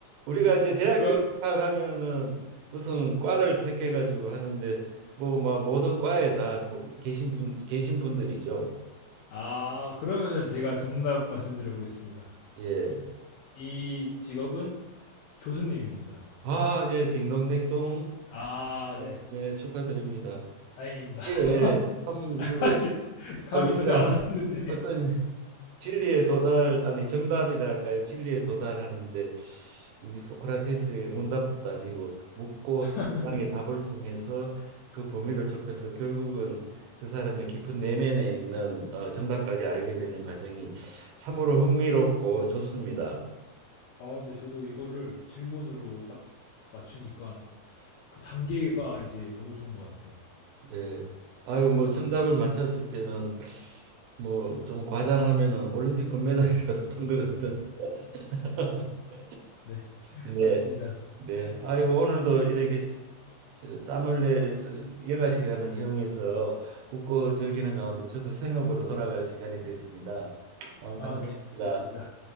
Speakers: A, on the right; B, on the left.
A: 우리가 이제 대학교
B: 그럼,
A: 입학하면은 무슨 과를 택해 가지고 하는데 뭐 막 모든 과에 다 뭐 계신 분 계신 분들이죠.
B: 아, 그러면은 제가 정답 말씀드려 보겠습니다.
A: 예.
B: 이 직업은 교수님입니다.
A: 아, 예, 딩동댕동.
B: 아
A: 아,
B: 네.
A: 네, 축하드립니다.
B: 다행입니다. <laughs>
A: 예, 예. 참 이게
B: 사실 감이
A: 아, 우리가
B: 전혀 안 왔었는데.
A: 어떤 진리에 도달 아니 정답이랄까요? 진리에 도달하는데 이게 소크라테스의 문답법도 아니고 묻고 상대방의
B: <laughs>
A: 답을 통해서 그 범위를 좁혀서 결국은 그 사람의 깊은 내면에 있는 어, 정답까지 알게 되는 과정이 참으로 흥미롭고 좋습니다.
B: 아 네. 저도 이거를 질문으로 딱 맞추니까 그 단계가 이제 너무 좋은 것 같아요.
A: 네. 아유, 뭐
B: 아
A: 정답을
B: 네.
A: 맞췄을 때는 뭐 좀 과장하면은 올림픽 금메달이라도 <laughs> 탄 것 같은. <laughs>
B: 네.
A: 네.
B: 맞습니다.
A: 네. 아유, 오늘도 이렇게 저 짬을 내 저- 여가 시간을 이용해서 웃고 즐기는 가운데 저도 생업으로 돌아갈 시간이 됐습니다. 아, 오늘
B: 아
A: 감사합니다.
B: 네. 알겠습니다.